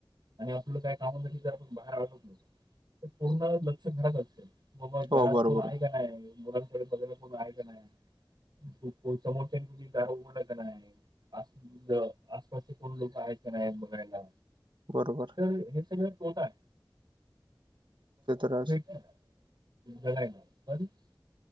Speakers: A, on the right; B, on the right.
A: आणि आपलं काय कामासाठी जर आपण बाहेर आलत ना तर पूर्ण लक्ष घरात असत. की बाबा घरात
B: हो बरोबर
A: कोन आहे का नाय मु मुलांन सोबत कोण आहे का नाय, <unintelligible> समोरच्याची दार ओपन आहे का नाय. आ आसपास ज आसपासचे कोण लोक आहेत का नाय बघायला.
B: बरोबर.
A: तर हे सगळं खोटा
B: ते तर आहेच
A: <unintelligible> <inaudible> <unintelligible> <inaudible>